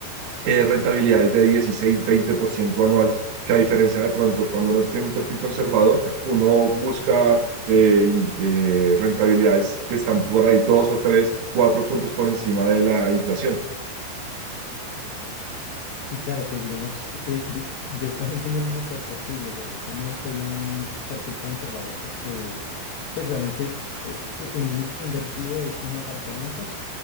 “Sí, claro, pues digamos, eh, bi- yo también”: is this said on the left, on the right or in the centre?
Left